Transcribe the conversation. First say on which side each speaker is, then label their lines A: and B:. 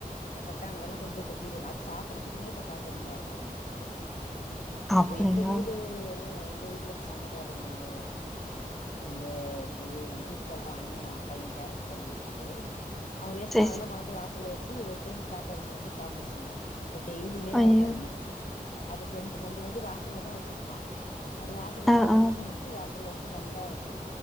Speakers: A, on the left; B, in the centre.
A: இந்த கட் ஆனதுலாம் கொண்டு போய் கொட்டிருவாங்க அது சாப்டறதுக்குன்னே இப்ப காட்டெரும வர தொடங்கிருச்சுங்க
B: அப்படிங்களா
A: இப்ப எங்க வீடு எங்க வீட்ல எங்க சொந்தக்காரங்க எங்க வீட்டுக்காரோட அண்ணன் பையன் கேரக்ட் தாங்க விக்குது அவன் வேஸ்டான
B: சரி
A: அதலாம்
B: சரி
A: கொண்டு வந்து வாசல்ல வச்சு ச்சி ஒரு டைம் காட்டறும வந்து பாத்துருச்சுங்க இப்ப டெய்லியுமே
B: ஐயோ
A: வர தொடங்கிருச்சு அது ப்ரெண்டு் வந்து வந்து வாசல்ல தான் வச்சிருப்பான் அது வாசல
B: ஆ
A: காலங்காட்டும்
B: ஆ
A: வந்து வாச ல்ல நல்லா